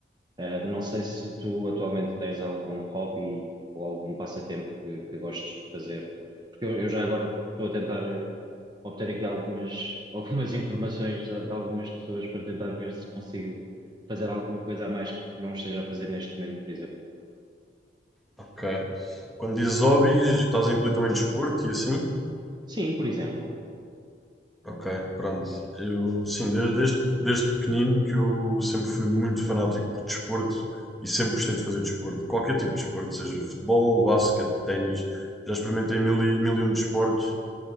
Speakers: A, on the right; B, in the centre.
A: Ah, não sei se tu atualmente tens algum hobby ou algum passatempo que, que gostes de fazer, porque eu, eu já agora estou a tentar eh, obter aqui algumas, <laughs> algumas informações de, de algumas pessoas para tentar ver se consigo fazer alguma coisa a mais que não esteja a fazer neste momento, por exemplo.
B: Ok, Quando dizes hobbies, estás a incluir também desporto e assim?
A: Sim, por exemplo.
B: ok, pronto. Eu, sim, desde, desde, desde pequenino que eu sempre fui muito fanático por desporto e sempre gostei de fazer desporto. Qualquer tipo de desporto, seja futebol, basquete, ténis. Já experimentei mil e, mil e um desportos.